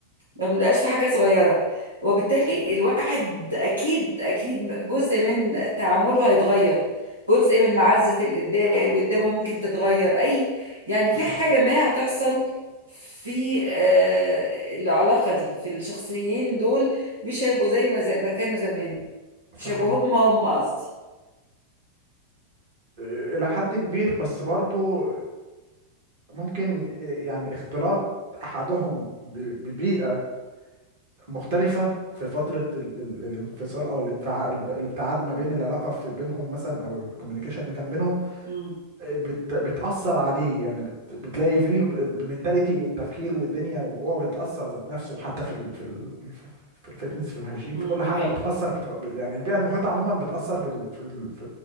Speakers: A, on the right; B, on the right.
A: ما بنبقاش في حاجة صغيرة وبالتالي الواحد أكيد أكيد جزء من تعامله هيتغير جزء من معزة اللي قدا- اللي قدامه ممكن تتغير أي يعني
B: صحيح
A: في حاجة ما هتحصل في آه، العلاقة دي في الشخصيين دول مش هيبقوا زي ما زي ما كانوا زمان
B: صحيح
A: مش هيبقوا هم هم قصدي
B: الى حد كبير بس برضو ممكن يعني اختلاط احدهم ببيئة مختلفة في فترة ال ال الانفصال او الانفعال الابتعاد ما بين العلاقة في بينهم مثلا او الكوميونيكيشن اللي كان بينهم
A: امم
B: بت بتأثر عليه يعني بت بتلاقي فيه المينتاليتي والتفكير والدنيا وهو بيتأثر ذات نفسه حتى في ال في ال في الفتنس في الهيجين
A: امم
B: في كل
A: تمام
B: حاجة بتخسر بت يعني البيئة المحيطة عموما بتأثر بال في ال في